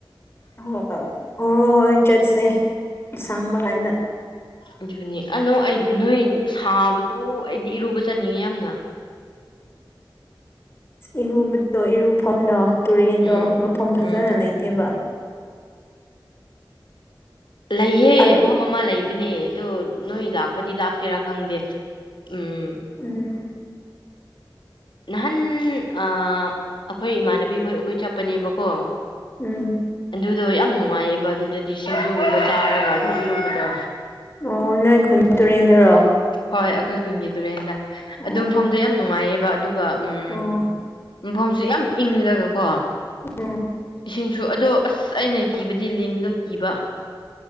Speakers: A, on the left (about 30°); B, on the left (about 70°).
A: ꯍ ꯍꯣꯏ ꯍꯣꯏ ꯆꯠꯁꯦ ꯁꯪꯕ ꯀꯥꯟꯗ
B: ꯑꯗꯨꯅꯦ ꯑꯅꯣ ꯑꯩ ꯅꯣꯏ ꯁꯥꯕꯗꯨ ꯑꯩꯗꯤ ꯏꯔꯨꯕ ꯆꯠꯅꯤꯡꯉꯦ ꯌꯥꯝꯅ
A: ꯏꯔꯨꯕꯗꯣ ꯏꯔꯨꯐꯝꯗꯣ ꯇꯨꯔꯦꯟꯗꯣ
B: ꯎꯝ
A: ꯃꯐꯝ ꯐꯖꯅ
B: ꯎꯝ
A: ꯂꯩꯇꯦꯕ
B: ꯂꯩꯍꯦ
A: ꯑꯔꯨ
B: ꯃꯐꯝ ꯑꯃ ꯂꯩꯕꯅꯦ ꯑꯗ ꯅꯣꯏ ꯂꯥꯛꯄꯗꯤ ꯂꯥꯞꯀꯦꯔꯥ ꯈꯪꯗꯦ ꯎꯝ
A: ꯎꯝ
B: ꯅꯍꯥꯟ ꯑ ꯑꯩꯈꯣꯏ ꯏꯃꯥꯟꯅꯕꯤꯈꯣꯏ ꯑꯩꯈꯣꯏ ꯆꯠꯄꯅꯦꯕꯀꯣ
A: ꯎꯝ
B: ꯑꯗꯨꯗꯣ ꯌꯥꯝ ꯅꯨꯡꯉꯥꯏꯌꯦꯕ ꯑꯗꯨꯗꯗꯤ ꯁꯤꯡꯖꯨꯒꯨꯝꯕ ꯆꯥꯔꯒ ꯑꯗꯨꯝ ꯏꯔꯨꯕꯗꯣ
A: ꯑꯣ ꯅꯣꯏ ꯈꯨꯟ ꯇꯨꯔꯦꯟꯗꯨꯔꯣ
B: ꯍꯣꯏ ꯑꯩꯈꯣꯏ ꯈꯨꯟꯒꯤ ꯇꯨꯔꯦꯟꯗ
A: ꯑꯣ
B: ꯑꯗꯨꯝ ꯐꯝꯗꯣ ꯌꯥꯝ ꯅꯨꯡꯉꯥꯏꯌꯦꯕ ꯑꯗꯨꯒ ꯎꯝ
A: ꯑꯣ
B: ꯃꯐꯝꯁꯨ ꯌꯥꯝ ꯏꯪꯂꯒꯀꯣ
A: ꯎꯝ
B: ꯁꯤꯡꯁꯨ ꯑꯗꯣ ꯑꯁ ꯑꯩꯅ ꯀꯤꯕꯗꯤ ꯂꯤꯟꯗꯣ ꯀꯤꯕ